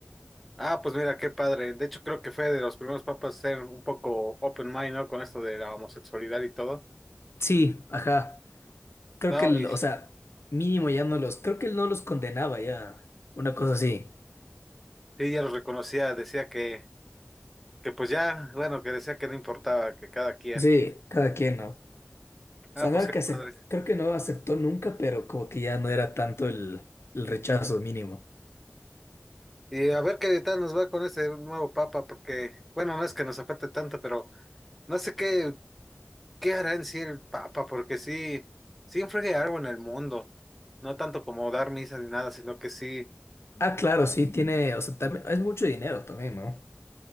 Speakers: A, in the centre; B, on the left (about 70°).
A: Ah, pues mira, qué padre. De hecho, creo que fue de los primeros papas a ser un poco open mind, ¿no? Con esto de la homosexualidad y todo.
B: Sí, ajá. Creo
A: No,
B: que, el-
A: mis,
B: o sea, mínimo ya no los, creo que él no los condenaba ya. Una cosa así.
A: sí, ya los reconocía, decía que, que pues ya, bueno, que decía que no importaba, que cada quien.
B: Sí, cada quien, ¿no?
A: Ah,
B: sea,
A: pues
B: no era
A: qué
B: que acep-
A: padre.
B: creo que no aceptó nunca, pero como que ya no era tanto el, el rechazo mínimo.
A: Y a ver qué tal nos va con ese nuevo papa, porque, bueno, no es que nos afecte tanto, pero no sé qué. ¿Qué hará en sí el Papa? Porque sí, sí influye algo en el mundo. No tanto como dar misa ni nada, sino que sí,
B: Ah, claro, sí, tiene, o sea, también, es mucho dinero también, ¿no? O